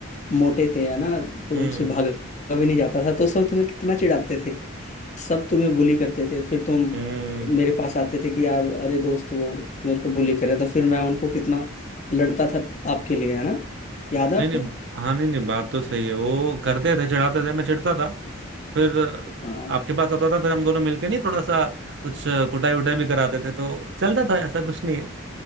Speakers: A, on the left; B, on the right.
A: मोटे थे है ना तुमसे
B: हम्म
A: भागा भी नहीं जाता था तो सब तुम्हें कितना चिढ़ाते थे सब तुम्हें बुली करते थे फिर तुम
B: हम्म
A: मेरे पास आते थे कि यार अरे दोस्त वो मेरे को बुली कर रहा था फिर मैं उनको कितना लड़ता था आपके लिए है ना याद है
B: नहीं
A: आपको
B: नहीं हाँ नहीं नहीं बात तो सही है वो करते थे चिढ़ाते थे मैं चिढ़ता था फिर
A: हाँ
B: आपके पास आता था फिर हम दोनों मिलके नहीं थोड़ा सा कुछ कुटाई उटाई भी कराते थे तो चलता था ऐसा कुछ नहीं है